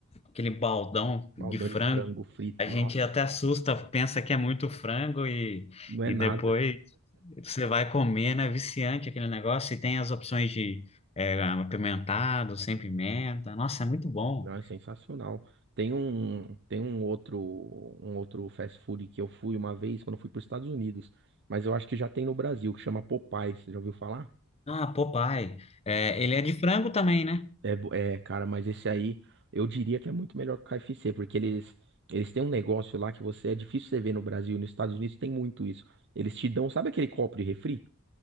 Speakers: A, on the left; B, on the right.
A: aquele baldão
B: Baldão
A: de frango.
B: de frango frito,
A: A gente
B: nossa,
A: até assusta, pensa que é muito frango e,
B: não é
A: e
B: nada,
A: depois você vai comer, né? É Viciante aquele negócio. E tem as opções de é, apimentado, sem pimenta. Nossa, é muito bom.
B: não é sensacional. Tem um, tem um outro, um outro fast food que eu fui uma vez quando eu fui para os Estados Unidos, mas eu acho que já tem no Brasil, que chama Popeyes, você já ouviu falar?
A: Ah, Popeye. É, ele é de frango também, né?
B: É, bo- é, cara, mas esse aí eu diria que é muito melhor que o KFC, porque eles, eles têm um negócio lá que você é difícil você ver no Brasil, nos Estados Unidos tem muito isso. Eles te dão, sabe aquele copo de refri?